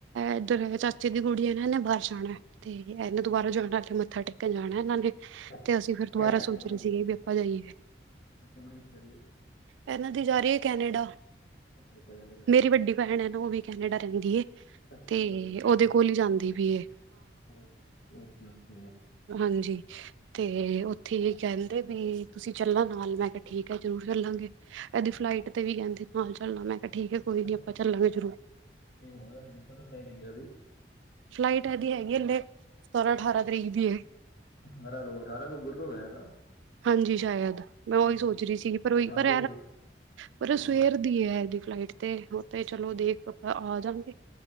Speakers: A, on the right (about 80°); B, on the left (about 55°).
A: ਇੱਧਰ ਚਾਚੇ ਦੀ ਗੁੜੀਆ ਹੈ ਨਾ ਇਹਨੇ ਬਾਹਰ ਜਾਣਾ ਤੇ ਇਹਨਾਂ
B: ਅੱਛਾ
A: ਦੁਬਾਰੋਂ ਜਾਣ ਵਾਲੇ ਮੱਥਾ ਟੇਕ ਜਾਣਾ ਇਹਨਾਂ ਨੇ
B: ਅੱਛਾ ਅੱਛਾ
A: ਤੇ
B: ਅੱਛਾ
A: ਅਸੀਂ ਫੇਰ ਦੁਬਾਰਾ
B: ਤੇਰੀ ਚਾਚੀ
A: ਸੋਚ
B: ਕੁੜੀ
A: ਰਹੇ ਸੀਗੇ ਵੀ ਆਪਾਂ ਜਾਈਏ।
B: <unintelligible> <inaudible>
A: ਇਹਨਾਂ ਦੀ ਜਾ ਰਹੀ ਹੈ ਕੈਨੇਡਾ।
B: ਅੱਛਾ ਕੈਨੇਡਾ ਜਾ ਰਹੀ
A: ਮੇਰੀ
B: ਹੈ
A: ਵੱਡੀ ਭੈਣ ਹੈ ਨਾ ਉਹ ਵੀ ਕੈਨੇਡਾ ਰਹਿੰਦੀ ਏ
B: ਅੱਛਾ
A: ਤੇ
B: ਅੱਛਾ ਤੁਹਾਡੀ ਸਿਸਟਰ
A: ਉਹਦੇ
B: ਦੀ
A: ਕੋਲ ਹੀ ਜਾਂਦੀ ਵੀ ਐ।
B: Okay okay.
A: ਹਾਂਜੀ। ਤੇ ਉੱਥੇ ਕਹਿੰਦੇ ਵੀ ਤੁਸੀਂ ਚੱਲਾਂ ਨਾਲ ਮੈਂ ਕਿਹਾ ਠੀਕ ਹੈ ਜ਼ਰੂਰ ਚੱਲਾਂਗੇ। ਕਦੀ ਫਲਾਈਟ ਤੇ ਵੀ ਕਹਿੰਦੇ ਨਾਲ ਚੱਲਣਾ ਮੈਂ। ਠੀਕ ਐ।
B: ਅੱਛਾ
A: ਕੋਈ ਨੀ ਆਪਾਂ ਚੱਲਾਂਗੇ ਜਰੂਰ।
B: ਨਹੀਂ ਹੋਰ ਹਜੇ ਕਦੋਂ ਫਲਾਈਟ ਹੈਗੀ ਉਹਦੀ
A: ਫਲਾਈਟ ਆਦੀ ਹੈਗੀ ਲੇਟ ਸੋਲਾਂ ਅਠਾਰਾਂ ਤਰੀਕ ਦੀ ਏ।
B: ਅਠਾਰਾਂ ਨੂੰ ਅਠਾਰਾਂ ਨੂੰ ਗੁਰਪੁਰਬ ਹੋਇਆ ਨਾ।
A: ਹਾਂਜੀ। ਸ਼ਾਇਦ ਮੈਂ ਉਹੀ
B: ਹੂੰ
A: ਸੋਚ ਰਹੀ ਸੀਗੀ। ਪਰ ਉਹੀ
B: ਅਠਾਰਾਂ
A: ਪਰ
B: ਨੂੰ ਗੁਰ
A: ਪਰ ਸਵੇਰ
B: ਹਾਂ
A: ਦੀ ਐ ਇਹਦੀ ਫਲਾਈਟ। ਤੇ ਉੱਥ ਚਲੋ ਦੇਖ ਆਪਾਂ ਆ ਜਾਦੀ